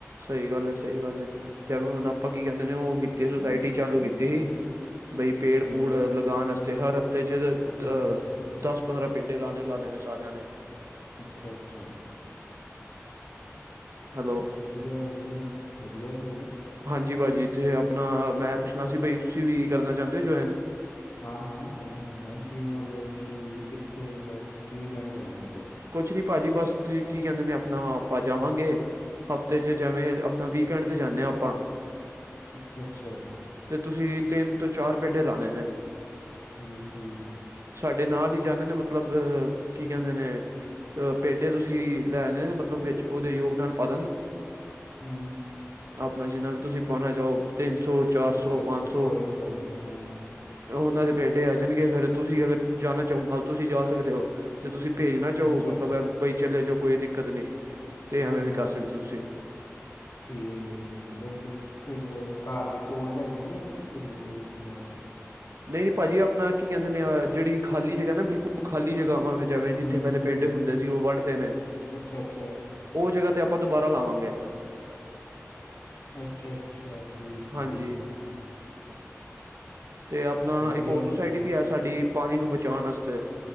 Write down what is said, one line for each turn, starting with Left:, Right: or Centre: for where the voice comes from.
Right: ਸਹੀ ਗੱਲ, ਸਹੀ ਗੱਲ ਹੈ ਜਵੇ ਹੁਣ ਆਪਾਂ ਕੀ ਕਹਿੰਦੇ ਨੇ ਉਹ ਕੀਤੀ ਸੁਸਾਇਟੀ ਚਾਲੂ ਕੀਤੀ ਸੀ ਬਈ, ਪੇੜ
Left: ਹੂੰ
Right: ਪੂੜ ਲਗਾਉਣ ਵਾਸਤੇ ਹਰ ਹਫ਼ਤੇ ਚ ਅ
Left: ਅੱਛਾ ਅੱਛਾ ਅੱਛਾ
Right: ਦਸ ਪੰਦਰਾਂ, ਪੇਡੇ ਲਾਣੇ ਲਾਉਦੇ ਨੇ ਸਾਰਿਆਂ ਨੇ,
Left: ਅੱਛਾ-ਅੱਛਾ,
Right: ਹੈਲੋ
Left: ਵਧੀਆ-ਵਧੀਆ-ਵਧੀਆ ਫਿਰ,
Right: ਜੀ ਭਾਜੀ ਇੱਥੇ ਆਪਣਾ ਮੈਂ ਪੁੱਛਣਾ ਸੀ ਬਈ ਤੁਸੀਂ ਵੀ ਕਰਨਾ ਚਾਹੁੰਦੇ ਹੋ ਜੁਆਇਨ,
Left: ਹਾਂ-ਹਾਂ ਉਹ ਕਰਨਾ ਹੈ ਕਿਵੇਂ? ਮਤਲਬ ਕਿ ਕਿੱਥੇ? ਮਤਲਬ ਕਿਵੇਂ ਜੁਆਇਨ ਕਰਾਂਗੇ ਮਤਲਬ,
Right: ਕੁਛ ਨੀ ਭਾਜੀ ਬਸ ਤੁਸੀਂ ਕੀ ਕਹਿੰਦੇ ਨੇ ਆਪਣਾ ਆਪਾਂ ਜਾਵਾਂਗੇ, ਹਫ਼ਤੇ ਚ ਜਿਵੇਂ ਆਪਣਾ ਵੀਕਐਂਡ ਤੇ ਜਾਂਦੇ ਹਾਂ ਆਪਾਂ
Left: ਅੱਛਾ ਅੱਛਾ
Right: ਤੇ ਤੁਸੀਂ ਤਿੰਨ ਤੋਂ ਚਾਰ ਪੇਡੇ ਲਾਣੇ ਨੇ
Left: ਠੀਕ ਠੀਕ
Right: ਸਾਡੇ ਨਾਲ ਹੀ ਜਾਣੇ ਨੇ ਮਤਲਬ ਕੀ ਕਹਿੰਦੇ ਨੇ ਅਹ ਪੇਡੇ ਤੁਸੀਂ ਲੈਨੇ ਨੇ ਮਤਲਬ ਵਿੱਚ ਉਹਦੇ ਯੋਗਦਾਨ ਪਾ
Left: ਹਮ
Right: ਆਪਣਾ ਜਿੰਨਾ ਵੀ ਤੁਸੀਂ ਪਾਉਣਾ ਚਾਹੋ ਤਿੰਨ ਸੌ ਚਾਰ
Left: ਅੱਛਾ
Right: ਸੌ
Left: ਅੱਛਾ
Right: ਪੰਜ ਸੌ
Left: ਕੋਈ ਨਹੀਂ ਕੋਈ ਨਹੀਂ ਹਾਂ
Right: ਉਹਨਾਂ ਦੇ ਪੇਡੇ ਆ ਜਾਣਗੇ ਫੇਰ ਤੁਸੀਂ ਅਗਰ ਜਾਣਾ ਚਾਹੋ ਨਾਲ ਤੁਸੀਂ ਜਾ ਸਕਦੇ ਹੋ ਤੇ ਤੁਸੀਂ ਭੇਜ ਨਾ ਚਾਹੋ
Left: ਅੱਛਾ
Right: ਮਤਲਬ ਬਈ ਚਲੇ ਜਾਓ ਕੋਈ ਦਿੱਕਤ ਨਹੀਂ ਤੇ
Left: ਹਮ
Right: ਐਵੇਂ ਵੀ
Left: ਹਮ
Right: ਕਰ ਸਕਦੇ ਤੁਸੀਂ
Left: ਠੀਕ ਹੈ ਠੀਕ ਤੇ ਇਥੇ ਮਤਲਬ ਘਰ ਦੇ ਕੋਲ ਹੈਗੇ ਨੇ ਫਿਰ ਕਿੱਥੇ ਦੂਰ ਜਾ ਕੇ
Right: ਨਹੀਂ ਭਾਜੀ ਆਪਣਾ ਕੀ ਕਹਿੰਦੇ ਜਿਹੜੀ ਖਾਲੀ ਜਗ੍ਹਾ ਨਾ ਬਿਲਕੁਲ ਖਾਲੀ ਜਗ੍ਹਾ ਜਵੇ
Left: ਹੂੰ
Right: ਜਿੱਥੇ ਪਹਿਲੇ
Left: ਹੂੰ ਹੂੰ
Right: ਪੇਡੇ ਹੁੰਦੇ ਸੀ ਉਹ ਵੜਦੇ ਨੇ
Left: ਅੱਛਾ ਅੱਛਾ
Right: ਉਹ ਜਗ੍ਹਾ ਤੇ ਆਪਾਂ ਦੁਬਾਰਾ ਲਾਵਾਂਗੇ
Left: ਅੱਛਾ ਅੱਛਾ ਠੀਕ ਹੈ ਠੀਕ
Right: ਹਾਂਜੀ
Left: ਹੈ
Right: ਅਤੇ ਆਪਣਾ
Left: ਵਧੀਆ
Right: ਇੱਕ ਹੋਰ
Left: ਵਧੀਆ
Right: ਸੁਸਾਇਟੀ ਵੀ ਹੈ ਸਾਡੀ ਪਾਣੀ ਨੂੰ ਬਚਾਉਣ ਵਾਸਤੇ